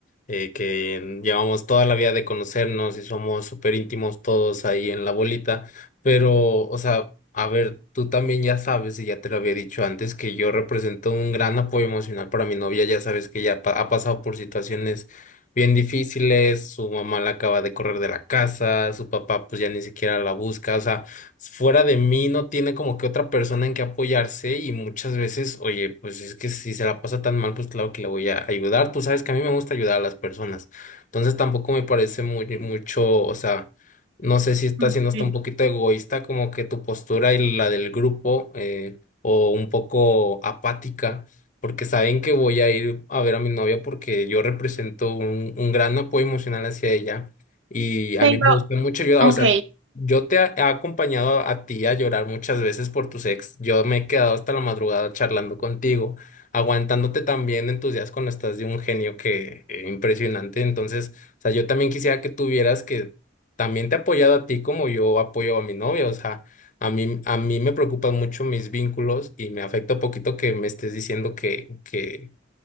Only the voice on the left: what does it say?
eh, que llevamos toda la vida de conocernos y somos súper íntimos todos ahí en la bolita, pero, o sea, a ver, tú también ya sabes, y ya te lo había dicho antes, que yo represento un gran apoyo emocional para mi novia, ya sabes que ella pa- ha pasado por situaciones bien difíciles, su mamá la acaba de correr de la casa, su papá pues ya ni siquiera la busca, o sea, fuera de mí no tiene como que otra persona en que apoyarse y muchas veces, oye, pues es que si se la pasa tan mal, pues claro que le voy a ayudar. Tú sabes que a mí me gusta ayudar a las personas. Entonces tampoco me parece muy, mucho, o sea, no sé si está
siendo hasta un poquito egoísta como que tu postura y la del grupo eh, o un poco apática. Porque saben que voy a ir a ver a mi novia porque yo represento un, un gran apoyo emocional hacia ella. Y a
mí me gusta mucho ayudar,
o sea, yo te he acompañado a ti a llorar muchas veces por tus ex. Yo me he quedado hasta la madrugada charlando contigo, aguantándote también en tus días cuando estás de un genio que eh, impresionante. Entonces, o sea, yo también quisiera que tuvieras que también te he apoyado a ti como yo apoyo a mi novia. O sea, a mí, a mí me preocupan mucho mis vínculos y me afecta un poquito que me estés diciendo que, que,